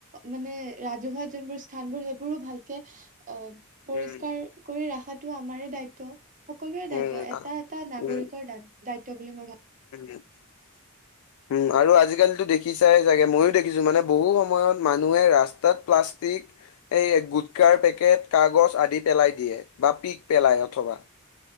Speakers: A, on the right; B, on the left.
A: মানে ৰাজহুৱা যোনবোৰ স্থানবোৰ, সেইবোৰো ভাল কে অ', পৰিষ্কাৰ
B: উম
A: কৰি ৰাখাটো আমাৰে দায়িত্ব। সকলোৰে
B: উম
A: দায়িত্ব। এটা এটা নাগৰিকৰ
B: উম
A: দান। দায়িত্ব বুলি মই ভাবো।
B: উম উম, আৰু আজিকালিতো দেখি দেখিছাই চাগে ময়ো দেখিছো। মানে, বহু সময়ত মানুহে ৰাস্তাত প্লাষ্টিক এই গুটকাৰ পেকেট কাগজ আদি পেলাই দিয়ে বা পিক পেলাই অথবা।